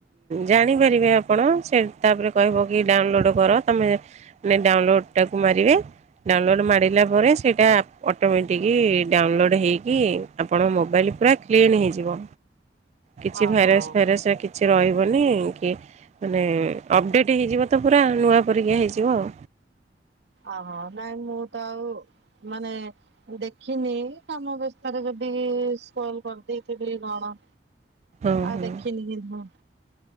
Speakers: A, on the right (about 40°); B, on the right (about 75°).
A: ଜାଣିପାରିବେ ଆପଣ ସେ ତାପରେ କହିବ କି ଡାଉନଲୋଡ୍ କର ତମେେ ଡାଉନଲୋଡ୍ ଟାକୁ ମା ମାରିବେ। ଡାଉନଲୋଡ୍ ମାରିଲା ପରେ ସେଇଟା ଅଟୋମେଟିକି ଡାଉନଲୋଡ୍ ହେଇକି ଆପଣ ମୋବାଇଲ ପୁରା କ୍ଲିନ ହେଇଯିବ କିଛି
B: ଓହୋ
A: ଭାଇରସ୍ ଫାଇରସ କିଛି ରହିବନି। ଓକେ ମାନେ ଅପଡେଟ୍ ହେଇଯିବ ପୁରା ନୂଆଁ ପରିକା ହେଇଯିବ ଆଉ।
B: ଓହୋ ନାଇଁ ମୁଁ ତ ଆଉ ମାନେ ଦେଖିନି କାମ ବ୍ୟସ୍ତତରେ ଯଦି ସ୍କ୍ରୋଲ କରିଦେଇଥିବି କଣ।
A: ହଁ
B: ଆଉ
A: ହଁ।
B: ଦେଖିନିିକିନ୍ତୁ ହଁ।